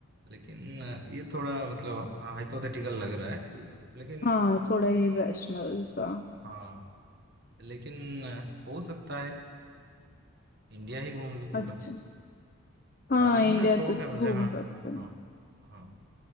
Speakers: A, on the right (about 50°); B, on the left (about 40°).
A: लेकिन अ, ये थोड़ा मतलब हाइपोथेटिकल लग रहा है कि लेकिन
B: हाँ थोड़ा ही रैशनल सा
A: हाँ लेकिन अ, हो सकता है इंडिया ही घूम लूँ पूरा
B: अच्छा हाँ
A: ट्रैवलिंग
B: इंडिया
A: का शौक
B: तो
A: है मुझे
B: घूम
A: हाँ
B: सकते हैं
A: हाँ हाँ